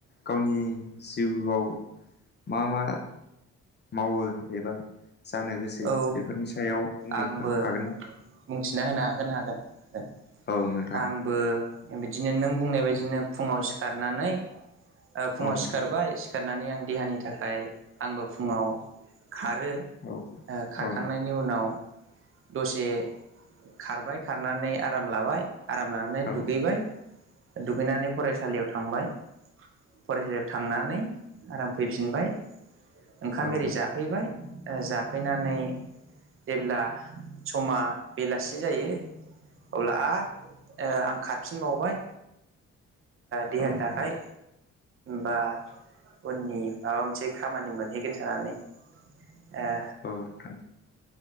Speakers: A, on the left; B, on the right.
A: गावनि जिउआव मा मा मावो एबा जानो गोसो
B: औ
A: बेफोरनि सायाव बुंनो
B: आंबो
A: हागोन ना
B: बुंथिना होनो हागोन हागोन
A: औ नोंथां
B: आंबो बिदिनो नों बुंनाय बायदिनो फुङाव सिखारनानै फुङाव
A: औ नोंथां
B: सिखारबाय सिखारनानै आं देहानि थाखाय आंबो फुङाव खारो
A: औ
B: खारखांनायनि
A: औ नोंथां
B: उनाव दसे खारबाय खारनानै आराम लाबाय आराम लानानै
A: औ
B: दुगैबाय दुगैनानै फरायसालियाव थांबाय फरायसालियाव थांनानै आराम फैफिनबाय ओंखाम
A: औ
B: एरि जाफैबाय जाफैनानै जेब्ला समा बेलासि जायो अब्ला आरो आं खारफिनबावबाय देहानि
A: नोंथां
B: थाखाय बा उननि माबा मोनसे खामानि मोनहैगोन सनानै ए
A: औ नोंथां